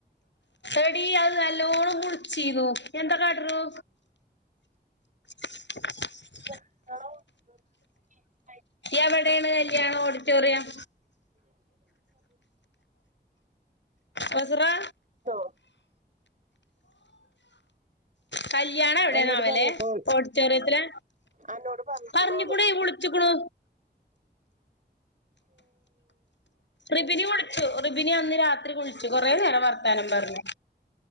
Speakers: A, on the left; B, on the right.
A: എടീ അത് നല്ലോണ്ണം മുൾച്ചീന്നു. എന്താ കാട്ടുണു? <inaudible>
B: <inaudible>
A: എവടേണ് കല്യാണം ഓഡിറ്റോറിയം. കസ്റാ
B: ട്ടോ.
A: കല്യണം എവിടെയാണവലെ
B: അന്നോട് പറഞ്ഞ്ക്കോ
A: ഓഡ് റ്റോറിയത്തിലാ
B: അന്നോട് പറഞ്ഞ്ക്ക്ണോന്ന്
A: പർഞ്ഞുക്കുണെ വുൾച്ചു ക്ക്ണ്. റിബിനു കൊടുത്തു. റിബിനു അന്ന് രാത്രി വുൾച്ചു കൊറേ നേരം വർത്താനം പർഞ്ഞു.